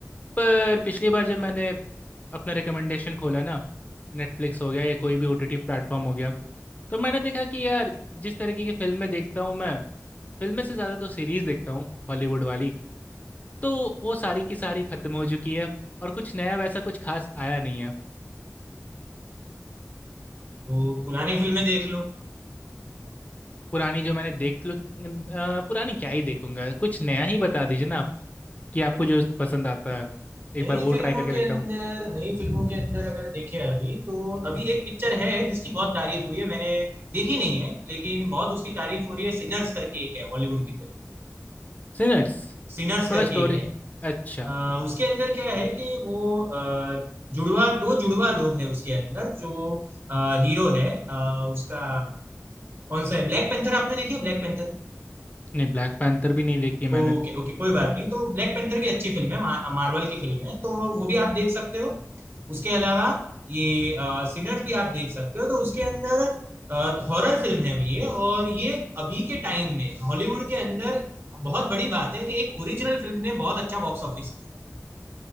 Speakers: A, on the left; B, on the right.
A: पर पिछली बार जब मैंने अपना रिकमेंडेशन खोला ना नेटफ्लिक्स हो गया या कोई भी ओटीटी प्लेटफॉर्म हो गया तो मैंने देखा कि यार जिस तरीके की फिल्में देखता हूँ मैं फिल्में से ज़्यादा तो सीरीज़ देखता हूँ हॉलीवुड वाली तो वो सारी की सारी खत्म हो चुकी है और कुछ नया वैसा कुछ खास आया नहीं है
B: तो पुरानी फिल्में देख लो
A: पुरानी जो मैंने देख लो अ, पुरानी क्या ही देखूंगा कुछ नया ही बता दीजिए ना आप कि आपको जो पसंद आता है एक
B: नई
A: बार वो
B: फिल्मों
A: ट्राई करके
B: के
A: देखता
B: अंदर
A: हूँ
B: नई फिल्मों के अंदर अगर देखे अभी तो अभी एक पिक्चर है जिसकी बहुत तारीफ हुई है मैंने देखी नहीं है लेकिन बहुत उसकी तारीफ हो रही है सिनर्स करके एक है हॉलीवुड की फिल्म
A: सिनर्स
B: सिनर्स करके
A: थोड़ा स्टोरी
B: एक है
A: अच्छा
B: अ, उसके अंदर क्या है कि वो अ, जुड़वा दो जुड़वा लोग हैं उसके अंदर जो हीरो है अ, उसका कौन सा है ब्लैक पैंथर आपने देखी है ब्लैक पैंथर
A: नहीं ब्लैक पैंथर भी नहीं देखी है मैंने
B: ओके ओके कोई बात नहीं तो ब्लैक पैंथर भी अच्छी फिल्म है मा, मार्वल की फिल्म है तो वो भी आप देख सकते हो उसके अलावा ये आ, सिनर्स भी आप देख सकते हो तो उसके अंदर हॉरर फिल्म है ये और ये अभी के टाइम में हॉलीवुड के अंदर बहुत बड़ी बात है कि एक ओरिजिनल फिल्म ने बहुत अच्छा बॉक्स ऑफिस किया